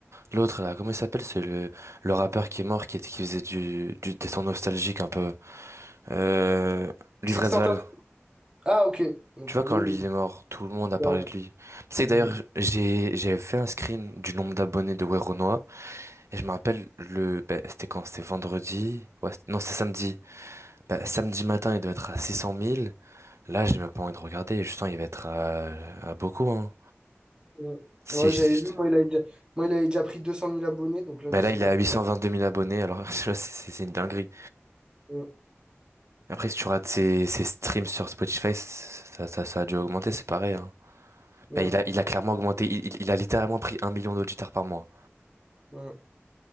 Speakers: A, on the right (about 85°); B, on the right (about 20°).
A: l'autre là, comment il s'appelle? C'est le, le rappeur qui est mort qui était qui faisait du, du des sons nostalgiques un peu. Euh, Luvresval.
B: Sextantation. Ah, ok. Ok,
A: Tu vois, quand
B: oui,
A: lui
B: oui.
A: il est mort, tout le monde a parlé
B: Ouais, ouais.
A: de lui. C'est que d'ailleurs,
B: Mhm.
A: j'ai j'ai fait un screen du nombre d'abonnés de Weronoa. Et je me rappelle, le ben, c'était quand? C'était vendredi? Ouais, c'était- non, c'est samedi. Ben, samedi matin, il devait être à six cent mille. Là, j'ai même pas envie de regarder. Je sens qu'il va être à, à beaucoup. Hein.
B: Mhm.
A: Si,
B: Ouais,
A: si,
B: j'avais
A: je-
B: vu, moi il, a déjà... moi, il avait déjà pris deux cent mille abonnés, donc là,
A: ben
B: je
A: là,
B: sais
A: il
B: pas.
A: est à deux mille abonnés. Alors, <laughs> tu vois, c'est c'est- c'est une dinguerie.
B: Mhm.
A: Mais Après, si tu rates ses, ses streams sur Spotify, ça, ça, ça a dû augmenter. C'est pareil. Hein.
B: Mhm.
A: Ben, il a, il a clairement augmenté. Il, il il a littéralement pris un million d'auditeurs par mois.
B: Mhm.